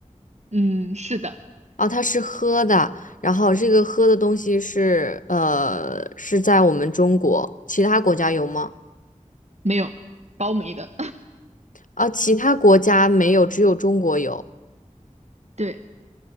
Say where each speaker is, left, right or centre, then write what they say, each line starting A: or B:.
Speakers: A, on the right; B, on the left.
A: 嗯，是的，
B: 哦，它是喝的，然后这个喝的东西是呃是在我们中国，其他国家有吗？
A: 没有，包没的，
B: 啊，其他国家没有，只有中国有。
A: <laughs> 对，